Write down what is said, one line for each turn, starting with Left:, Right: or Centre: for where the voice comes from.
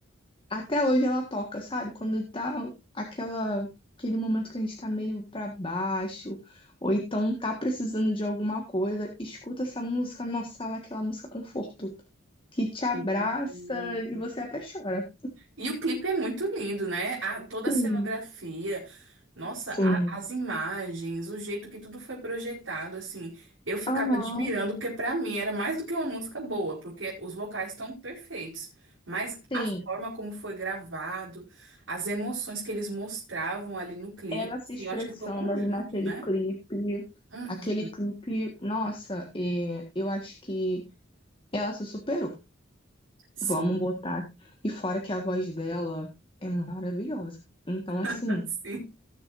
Left: Até hoje ela toca, sabe? Quando tá aquela, aquele momento que a gente tá meio pra baixo, ou então tá precisando de alguma coisa, escuta essa música, nossa, ela é aquela música conforto, que te abraça
Right: Sim.
Left: e você até chora.
Right: E o clipe é muito lindo, né? A, toda a
Left: Sim,
Right: cenografia. Nossa,
Left: sim.
Right: a- as imagens, o jeito que tudo foi projetado, assim, eu ficava
Left: Aham.
Right: admirando, porque pra mim era mais do que uma música boa, porque os vocais estão perfeitos, mas
Left: Sim,
Right: a forma como foi gravado, as emoções que eles mostravam ali no clipe,
Left: ela se
Right: assim,
Left: expressando
Right: eu acho que foi o conjunto,
Left: ali naquele
Right: né?
Left: clipe.
Right: Uhum.
Left: Aquele clipe, nossa, é, eu acho que ela se superou.
Right: Sim,
Left: Vamos botar. E fora que a voz dela é maravilhosa. Então, assim,
Right: <laughs> sim,